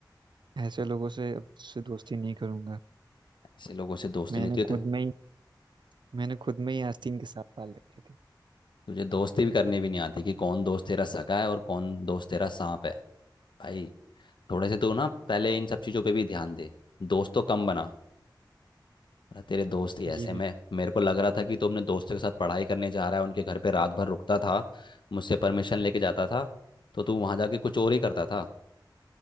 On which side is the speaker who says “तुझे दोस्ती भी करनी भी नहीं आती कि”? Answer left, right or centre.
Left